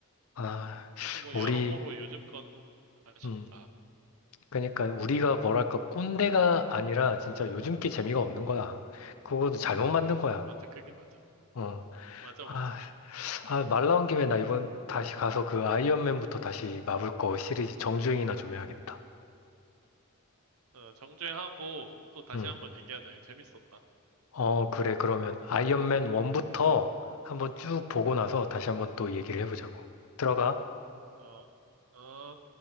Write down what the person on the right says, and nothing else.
그래서 뭐
여러모로 요즘 거는 아쉽다.
맞아, 그게 맞아.
맞아,
맞아.
어, 정주행하고 또 다시
한번 얘기하자. 재밌었다.
어, 어.